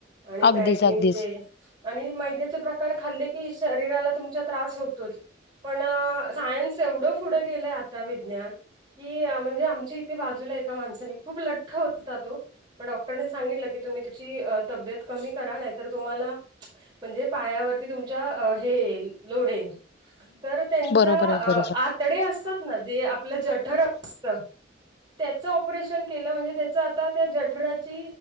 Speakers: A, on the right; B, on the left.
A: आणि
B: अगदीच
A: मॅगी
B: अगदीच
A: अन ते आणि मैद्याचे प्रकार खाल्ले की, शरीराला तुमच्या त्रास होतोच पण... सायन्स एवढं पुढं गेलंय, आता विज्ञान की म्हणजे, आमच्या इथे बाजूला... एका माणसाने, खूप लठ्ठ होता तो... मग डॉक्टरने सांगितलं की, तुम्ही तुमची तब्येत कमी करा... नाही तर तुम्हाला म्हणजे पायावरती तुमच्या... हे येईल.... लोड येईल तर त्यांच्या
B: बरोबर आहे बरोबर
A: आतडे असतात ना... जे आपलं जठर असतं त्याचं ऑपरेशन केलं... म्हणजे त्याचं आता.... त्या जठराची,